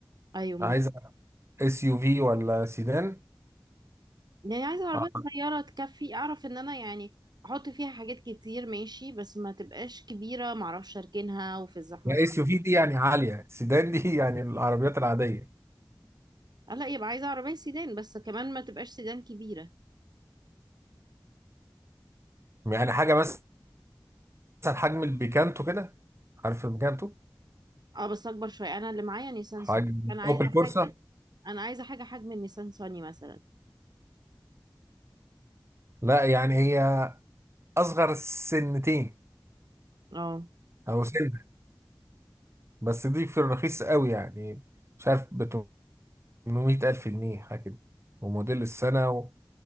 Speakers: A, on the right; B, on the right.
A: ايوه مظبوط
B: عايزه اس يو في ولا سيدان
A: يعني عايزة عربية
B: آه،
A: صغيرة تكفي اعرف ان انا يعني احط فيها حاجات كتير ماشي بس ما تبقاش كبيرة معرفش اركنها وفي الزحمة
B: اس يو في دي يعني عاليه سيدان دي <laughs> يعني العربيات العاديه
A: اه لا يبقى عايزة عربية سيدان بس كمان ما تبقاش سيدان كبيرة
B: يعني حاجه مثلا حجم البيكانتو كده عارف البيكانتو
A: اه بس اكبر شوية انا اللي معايا نيسان
B: حجم
A: صني انا عايزة
B: اوبل كورسا
A: حاجة انا عايزة حاجة حجم النيسان صني مثلا
B: لا يعني هي اصغر سنتين
A: اه
B: او سنه بس دي في الرخيص قوي يعني مش عارف ب 800 الف جنيه حاجه كده وموديل السنه و...